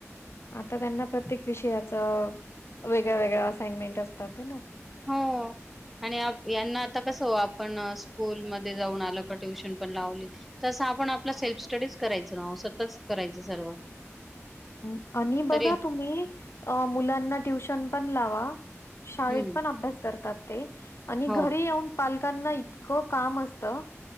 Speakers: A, on the left; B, in the centre.
A: आता त्यांना प्रत्येक विषयाच वेगळ्या, वेगळ्या असाइनमेंट असतात आहे हाय ना.
B: हो. आणि यांना आता कसं आपण स्कूलमध्ये जाऊन आलो का ट्युशन पण लावली तसं आपण आपला सेल्फ स्टडीज करायचो ना. स्वतःच करायचं सर्व.
A: <inaudible> आणि बघा
B: तरी
A: तुम्ही मुलांना अ ट्युशन पण लावा शाळेत
B: हम्म.
A: पण अभ्यास करतात ते आणि घरी
B: हो
A: येऊन पालकांना इतकं काम असतं